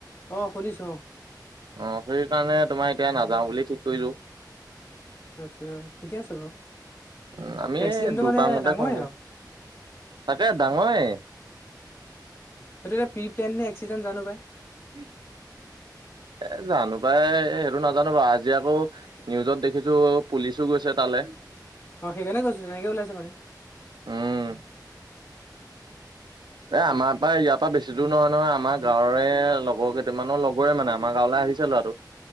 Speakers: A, on the left; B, on the right.
A: অ শুনিছো অ।
B: অ সেই কাৰণে তোমাৰ এতিয়া নাযাও বুলি ঠিক কৰিলো।
A: আচ্ছা ঠিকে আছে বাৰু
B: উম, আমি
A: এক্সিডেণ্টটো
B: দুপাঙতে
A: মানে ডাঙৰে
B: খামগে
A: আৰু
B: তাকে ডাঙৰে।
A: সেইটো এতিয়া প্ৰিপ্লেন নে এক্সিডেণ্টত জানো পায়।
B: <inaudible> এ জানো পাই সেইটো নাজানো বাৰু, আজি আকৌ নিউজত দেখিছো পুলিচো গৈছে তালে।
A: অঁ সেইকাৰণে কৈছোঁ তেনেকে ওলাইছে মানে।
B: উম। এই আমাৰ পৰা ইয়াৰ পৰা বেছি দূৰ নহয় নহয় আমাৰ গাঁৱৰে লগৰ কেইটামানৰ লগৰে মানে আমাৰ গাঁৱলৈ আহিছে লৰাটো